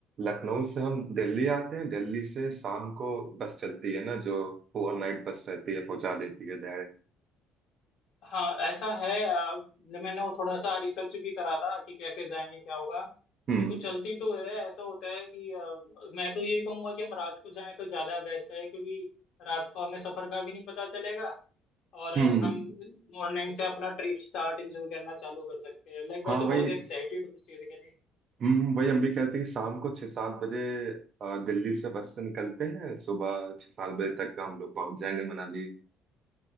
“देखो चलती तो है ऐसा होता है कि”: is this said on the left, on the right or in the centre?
Left